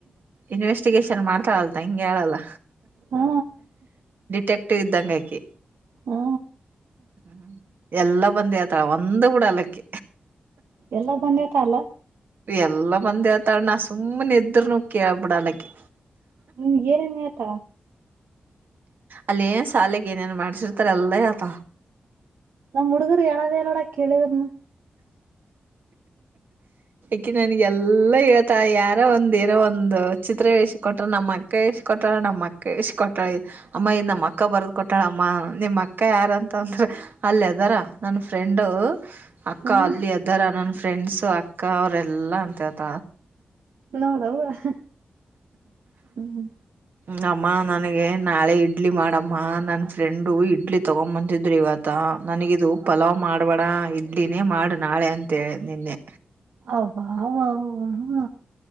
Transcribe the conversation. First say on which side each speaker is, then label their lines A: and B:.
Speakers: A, on the right (about 65°); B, on the right (about 80°).
A: ಇನ್ ವೆಸ್ಟಿಗೇಷನ್ ಮಾಡ್ತಾಳಲ್ತಾ ಹಿಂಗೆ ಹೇಳಲ್ಲ
B: ಹಾ
A: ಟೆಕ್ ಎಟ್ಟ ಇದುದ್ದಂಗಕಿ
B: ಹಾ
A: ಹ್ಮ್ ಎಲ್ಲ ಬಂದ ಆತರ ಒಂದು ಕೂಡ ಅಲ್ಲಕ್ಕ
B: ಎಲ್ಲ ಬಂದೇತ ಅಲ್ಲ
A: ಎಲ್ಲ ಬಂದ ಹೇಳ್ತಾಳ ನಾ ಸುಮ್ಮನಿದ್ರ ನೋ ಕ ಬಿಡಾಲಕ್ಕೆ
B: ಹ್ಮ್ ಏರನ್ ಆತ
A: ಅಲ್ಲಿ ಸಾಲೆಗೆ ಏನೇನ್ ಮಾಡ್ಸಿರ್ತಾರೆ ಅಲ್ಲೇ ಆತ
B: ನಮ್ಮ್ ಹುಡುಗರು ಹೇಳದ ಹೇಳ ನೋಡ ಕೇಳಿದ್ರ್ನು
A: ಕ ನನಗೆ ಎಲ್ಲ ಇಲ್ಲ ಇವತ್ತ ಯಾರೋ ಒಂದ ಇರೋ ಒಂದುಚಿತ್ರ ಇಷ್ಟ ಕೊಟ್ರ ನಮ್ಮಕ್ಕ ಇಷ್ಟ ಕೊಟ್ಟಳ ನಮ್ಮಕ್ಕ ಇಷ್ಟ ಕೊಟ್ಟಳೆ ಇ ಅಮ್ಮ ನಮ್ಮ ಅಕ್ಕ ಬರ್ದ್ ಕೊಟ್ಟು ಕೊಟ್ಟಳಮ್ಮ ನಿಮ್ಮ ಅಕ್ಕ ಯಾರ ಅಂತ ಅಂದ್ರ ಅಲ್ಲದಾರ ನನ್ ಫ್ರೆಂಡು ಅಕ್ಕ
B: ಹ್ಮ
A: ಅಲ್ಲಿ ಅದರ ನನ್ ಫ್ರೆಂಡ್ಸ ಅ ಅಕ್ಕ ಅವರೆೆಲ್ಲಾ ಅಂತತ
B: ನೋದ ಹ ಹ್ಮ
A: ಹ ಅಮ್ಮ ನನಗೆ ನಾಳೆ ಇಡ್ಲಿ ಮಾಡಮ್ಮ ನನ್ನ ಫ್ರೆಂಡು ಇಡ್ಲಿ ತಗೊ ಬಂತಿದ್ರು ಇವತ್ತ ನನಗಿದದು ಪಲಾವ್ ಮಾಡ್ಬೇಡ ಇಡ್ಡಿನೇ ಮಾಡು ನಾಳೆ ಅಂತೇಳಿ ನಿನ್ನೆ
B: ಅವ ಹ್ಮ